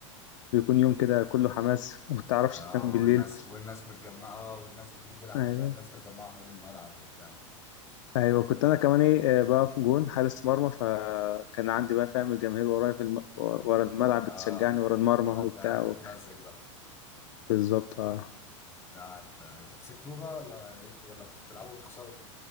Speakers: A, on the left; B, on the left.
A: بيكون يوم كده كله حماس وما تعرفش
B: اه
A: تنام بالليل
B: والناس والناس متجمعة اه والناس وتيجي تلعب
A: ايوه
B: لا الناس متجمعة حوالين الملعب وبتاع
A: ايوه كنت انا كمان ايه آه، بقى في جون حارس مرمى فكان عندي بقى فاهم الجماهير ورايا في الم... ورا الملعب
B: اه
A: بتشجعني ورا المرمى
B: فانت
A: وبتاع
B: قاعد متمزج بقى
A: بالظبط اه
B: لا انت انتوا كسبتوه بقى ولا ايه ولا كنتوا بتلعبوا وتخسروا